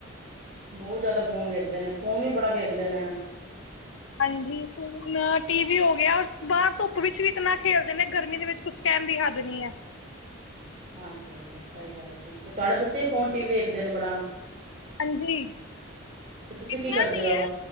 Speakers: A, on the right; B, on the left.
A: ਬਹੁਤ ਜ਼ਿਆਦਾ ਫੋਨ ਵੇਖਦੇ ਨੇ ਫੋਨ ਵੀ ਬੜਾ ਵੇਖਦੇ ਨੇ।
B: ਹਾਂਜੀ ਫੋਨ ਟੀ- ਵੀ ਹੋ ਗਿਆ ਰ ਬਾਹਰ ਧੁੱਪ ਵਿੱਚ ਵੀ ਇਤਨਾ ਖੇਲਦੇ ਨੇ ਗਰਮੀ ਦੇ ਵਿੱਚ ਕੁਛ ਕਹਿਣ ਦੀ ਹੱਦ ਨਹੀ ਐ।
A: ਹਾਂਜੀ -ਹਾਂਜੀ ਸਹੀ ਕਿਹਾ ਤੁਸੀਂ ਤੇ ਤੁਹਾਡੇ ਬੱਚੇ ਫੋਨ ਟੀ ਵੀ ਵੇਖਦੇ ਨੇ ਬੜਾ
B: ਹਾਂਜੀ ਕਿਤਨਾ
A: ਤੇ ਤੁਸੀਂ ਕੀ ਕਰਦੇ
B: ਨੀ
A: ਹੋ
B: ਹੈ